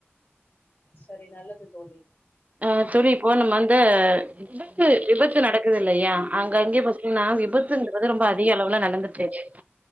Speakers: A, on the left; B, on the right.
A: சரி நல்லது தோழி
B: அ தோழி இப்போ நம்ம அந்த விபத்து விபத்து நடக்குது இல்லயா அங்க அங்கே பாத்தீங்கன்னா விபத்துங்கறது ரொம்ப அதிக அளவுல நடந்துட்ருக்கு